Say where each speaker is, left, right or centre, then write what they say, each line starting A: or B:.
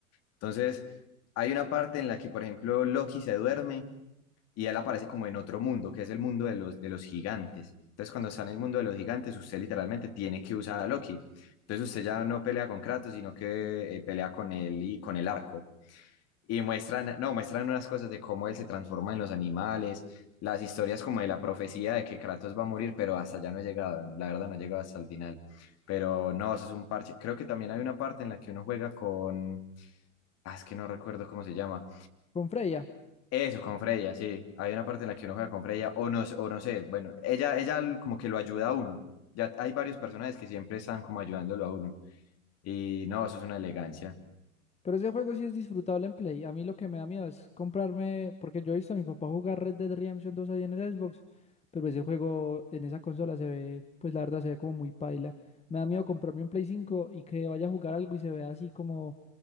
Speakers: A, on the left; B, on the left.
A: Entonces, hay una parte en la que, por ejemplo, Loki se duerme y él aparece como en otro mundo, que es el mundo de los, de los gigantes. Entonces, cuando está en el mundo de los gigantes, usted literalmente tiene que usar a Loki. Entonces, usted ya no pelea con Kratos, sino que eh, pelea con él y con el arco. Y muestran, no, muestran unas cosas de cómo él se transforma en los animales, las historias como de la profecía de que Kratos va a morir, pero hasta allá no he llegado, la verdad no he llegado hasta el final. Pero no, eso es un parche. Creo que también hay una parte en la que uno juega con, ah, es que no recuerdo cómo se llama,
B: Con Freya.
A: eso, con Freya, sí. Hay una parte en la que uno juega con Freya, o no, o no sé, bueno, ella, ella como que lo ayuda a uno. Ya hay varios personajes que siempre están como ayudándolo a uno. Y no, eso es una elegancia.
B: Pero ese juego sí es disfrutable en Play. A mí lo que me da miedo es comprarme, porque yo he visto a mi papá jugar Red Dead Redemption 2 ahí en el Xbox, pero ese juego en esa consola se ve, pues la verdad se ve como muy paila. Me da miedo comprarme un Play 5 y que vaya a jugar algo y se vea así como,